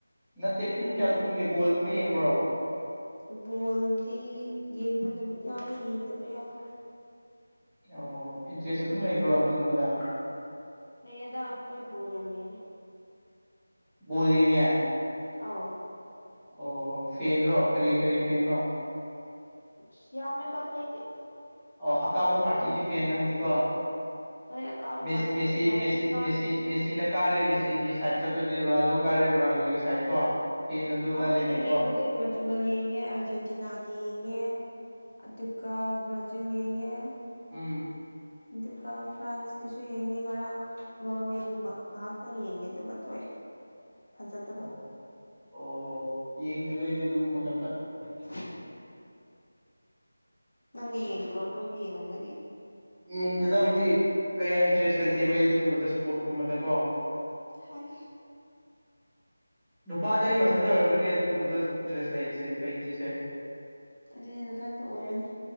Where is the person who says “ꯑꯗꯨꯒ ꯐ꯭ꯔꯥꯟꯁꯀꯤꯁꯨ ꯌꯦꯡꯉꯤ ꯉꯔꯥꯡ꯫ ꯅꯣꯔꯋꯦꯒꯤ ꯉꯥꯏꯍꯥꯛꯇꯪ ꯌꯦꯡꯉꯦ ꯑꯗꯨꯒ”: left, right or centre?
Left